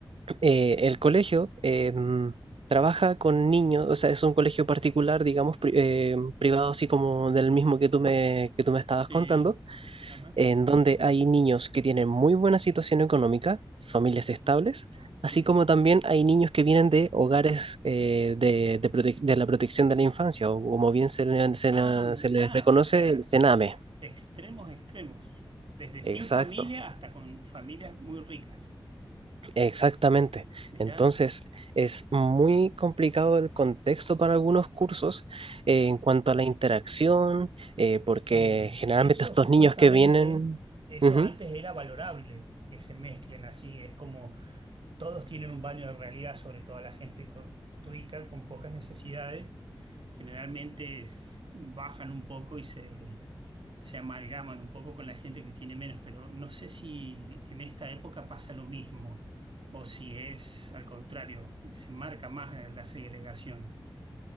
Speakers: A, on the right; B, on the right.
A: eh, el colegio em, trabaja con niños, o sea, es un colegio particular, digamos, pri- em, privado, así como del mismo que tú me, que tú me estabas
B: sí,
A: contando,
B: ajá,
A: en donde hay niños que tienen muy buena situación económica, familias estables,
B: sí.
A: así como también hay niños que vienen de hogares eh, de, de prote- de la protección de la infancia, o como bien se, le- se
B: Ah,
A: le-
B: mi-
A: se les
B: ah,
A: reconoce,
B: o sea,
A: el CENAME.
B: ex- extremos, extremos, desde sin
A: Exacto.
B: familia hasta con familias muy ricas.
A: Exactamente.
B: Mirá.
A: Entonces, es muy complicado el contexto para algunos cursos eh, en cuanto a la interacción, eh, porque
B: Eh,
A: generalmente
B: eso
A: <laughs> estos
B: supuestamente,
A: niños que vienen...
B: eso
A: Ujú.
B: antes era valorable, que se mezclen así, es como todos tienen un baño de realidad, sobre todo la gente con- rica, con pocas necesidades, generalmente es- bajan un poco y se, se amalgaman un poco con la gente que tiene menos, pero no sé si en esta época pasa lo mismo o si es al contrario, se marca más eh, la segregación.